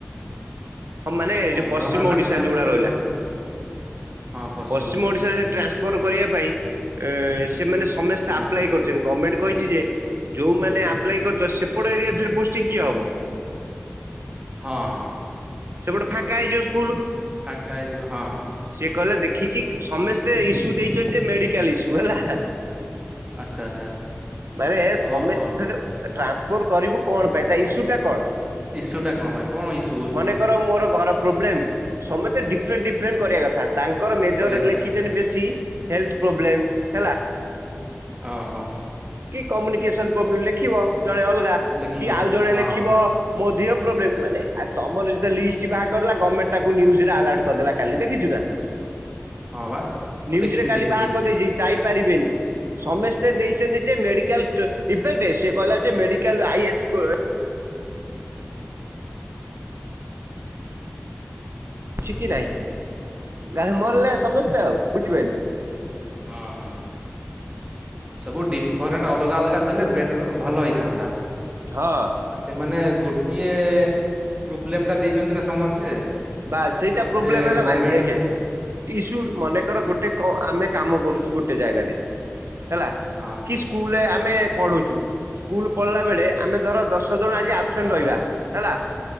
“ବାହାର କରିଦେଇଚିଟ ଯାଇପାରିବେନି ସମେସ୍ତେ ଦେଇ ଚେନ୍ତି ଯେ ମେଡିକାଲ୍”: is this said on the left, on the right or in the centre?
Right